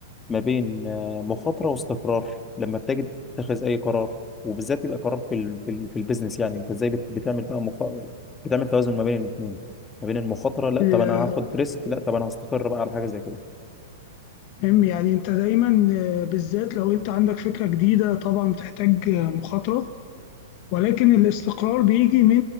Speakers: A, on the left; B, on the left.
A: ما بين مخاطرة واستقرار لما بتيجي تتخذ أي قرار وبالذات يبقى قرار في ال في, ال في البيزنس يعني أنت إزاي بت- بتعمل بقى مخ... بتعمل توازن ما بين الاثنين ما بين المخاطرة لا
B: ال-
A: طب أنا هاخد ريسك لا طب أنا هستقر بقى على حاجة زي كده
B: المهم يعني انت دايما آه، بالذات لو انت عندك فكره جديده طبعا بتحتاج آه، مخاطره ولكن الاستقرار بيجي من